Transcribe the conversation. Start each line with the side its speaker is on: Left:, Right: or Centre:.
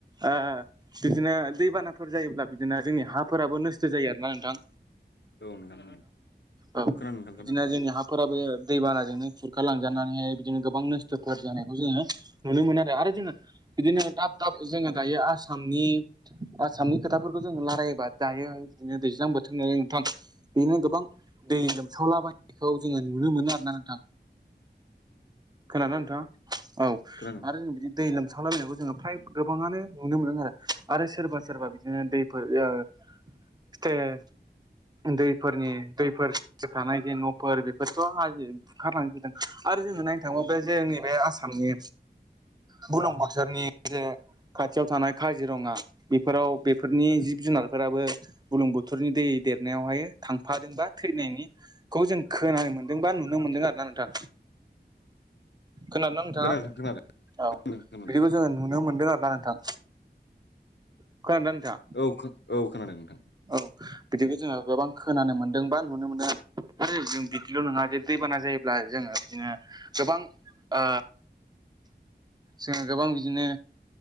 Right: ओ बिदिनो दैबानाफोर जायोब्ला बिदिनो जोंनि हाफोराबो नोस्थ' जायो आरोना नोंथां
Left: औ नोंथां
Right: औ
Left: खोनादों नोंथां
Right: बिदिनो जोंनि हाफोराबो दैबानाजोंनो खुरखा लांजानानैहाय बिदिनो गो बां नस्थ' कार जानायखौ जोङो नुनो मोनो आरो जोंना बिदिनो दाब दाब जोङो दायो आसामनि आसामनि खोथाफोर खौ जोङो लारायोबा दायो बिदिनो दैज्लां बोथोरनि नोंथां बेनो गोबां दै लोमसावलाबायनायखौ जोङो नुनो मोनो आरोना नोंथां खोनादों ना नोंथाङा औ
Left: खोनादों नोंथां
Right: आरो जों बिदि दै लोम सावलाबायनायखौ जोङो फ्राय गोबाङानो नुनो मोनो आरो आरो सोरबा सोरबा बिदिनो दैफोर ओ फिथाइ
Left: ए
Right: दैफोरनि दैफोरजो जों थानाय जे न'फोर बेफोरथ' हाजो बुखारलांजोबदों। आरो जोङो नायनो थाङोबा बे जोंनि बे आसामनि बुरलुंबोथोरनि जे खाथियाव थानाय काजिरङा बेफोराव बे फोरनि जिब जुनारफोराबो बुलुं बोथोरनि दै देरनायावहाय थांफादोंबा थैनायनि खौ जों खोनानो मोनदों बा नुनो मोनदों आरो ना नोंथां। खोनादोंना नोंथाङा?
Left: खोनादों नोंथां
Right: औ
Left: खोनादों खोनादों
Right: बिदिखौ जोङो नुनो मोनदों आरो ना नोंथां। खोनादोंना नोंथाङा
Left: औ औ खोनादों नोंथां।
Right: औ बिदिखौ जोङो गोबां खोनानो मोन्दों बा नुनो मोनदों। आरो जों बिदिल' नङा जे दैबाना जायोब्ला जोङो बिदिनो गोबां ओ जोङो गोबां बिदिनो